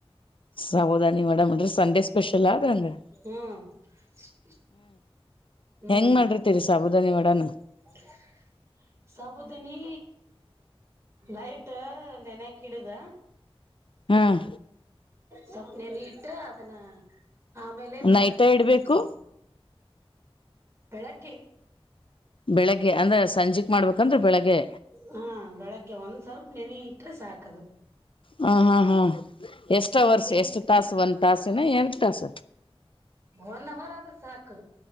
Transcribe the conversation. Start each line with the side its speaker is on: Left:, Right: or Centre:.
Left: ಸಾಬುದಾನಿ ವಡಾ ಮಾಡಿರಿ ಅಡ್ರಿ ಸಂಡೆ ಸ್ಪೆಷಲ್ ಆದ ಹಂಗಗೆ.
Right: ಹ್ಮ್ ಹ್ಮ್-
Left: ಹೆಂಗ್ ಮಾಡಿರ್ತೀರಿ ಸಾಬುದಾನಿ
Right: ಹೌ-
Left: ವಡಾನ
Right: ಸಾಬುದನಿ ನೈಟ್ ನೆನಯಕ ಹಿಡುದ.
Left: ಹ್ಮ-.
Right: ಸೊಪ್ಪನೆ ನೀ ಇಟ್ಟ ಅದನ್ನ. ಆಮೇಲೆ ಬಟಾಟೆ
Left: ನೈಟ
Right: ಕುದಿಸಕು
Left: ಇಡ್ಬೇಕು
Right: ಬೆಳಗ್ಗೆ.
Left: ಬೆಳಿಗ್ಗೆ ಅಂದ್ರೆ ಸಂಜೆಕ್ ಮಾಡ್ಬೇಕಂದ್ರ ಬೆಳಿಗ್ಗೆ.
Right: ಹಾ ಬೆಳಗ್ಗೆ ಒಂದ್ ಸ್ವಲ್ಪ ನೆನ ಇಟ್ರೆ ಸಾಕದು.
Left: ಹ ಹಾ ಹಾ ಎಷ್ಟ ವರ್ಷ
Right: ನೆನೆ
Left: ಎಷ್ಟು
Right: ಇಟ್
Left: ತಾಸು ಒಂದ್ ತಾಸಿನ ಎರಡು ತಾಸ.
Right: ಒನ್ ಅವರ್ ಆದ್ರೆ ಸಾಕು